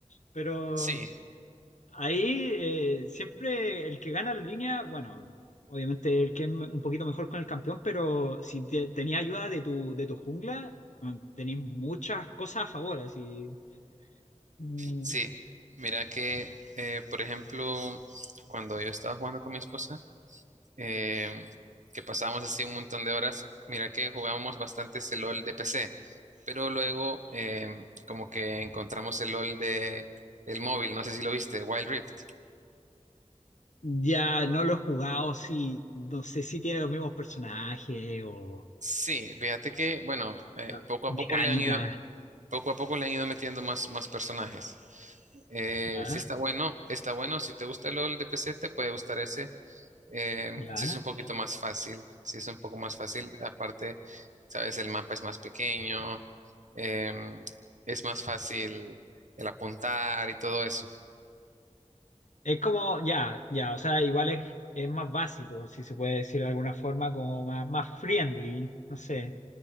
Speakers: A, on the left; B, on the right.
A: Pero
B: sí,
A: Ahí eh, siempre el que gana la línea, bueno, obviamente el que es un poquito mejor con el campeón, pero si te, tenía ayuda de tu, de tu jungla, mm, tenías muchas cosas a favor. Así, Mm,
B: sí. Mira que, eh, por ejemplo, cuando yo estaba jugando con mi esposa, eh, que pasábamos así un montón de horas. Mira que jugábamos bastante ese LOL de PC, pero luego eh, como que encontramos el LOL de el móvil, no sé si lo viste, Wild Rift.
A: ya no lo he jugado, sí, no sé si tiene los mismos personajes o
B: Sí, fíjate que, bueno, eh,
A: la
B: poco
A: mecánica,
B: a poco le han ido, poco a poco le han ido metiendo más, más personajes. Eh,
A: ya,
B: sí está bueno, está bueno. Si te gusta el LOL de PC, te puede gustar ese. Eh,
A: ya.
B: sí es un poquito más fácil, sí es un poco más fácil. Aparte, sabes, el mapa es más pequeño, em, es más fácil el apuntar y todo eso.
A: Es como, ya, ya, o sea, igual es, es más básico, si se puede decir de alguna forma, como más, más friendly, no sé.